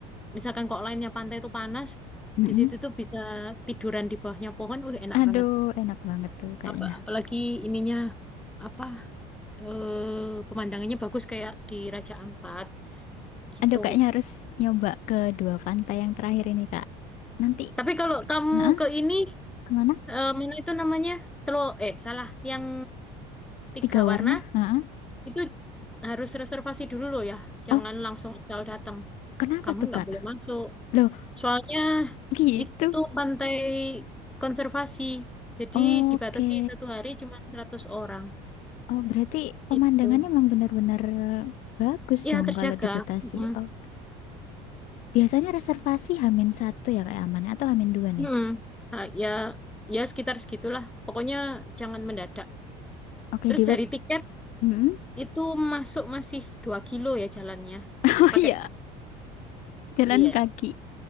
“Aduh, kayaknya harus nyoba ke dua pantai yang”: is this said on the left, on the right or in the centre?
Left